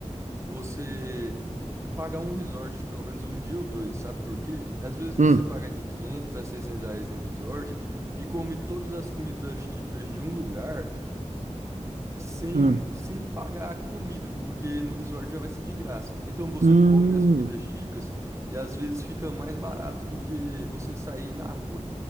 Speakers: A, on the right (about 25°); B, on the right (about 80°).
A: você pagar um resort, pelo menos um dia ou dois, sabe por quê? Às vezes você
B: Hum,
A: paga de 500 a 600 reais no resort e come todas as comidas típicas de um lugar sem,
B: hum,
A: sem pagar a comida, porque no resort já vai ser de graça. Então você
B: hum,
A: come as comidas típicas e às vezes fica mais barato do que você sair na rua.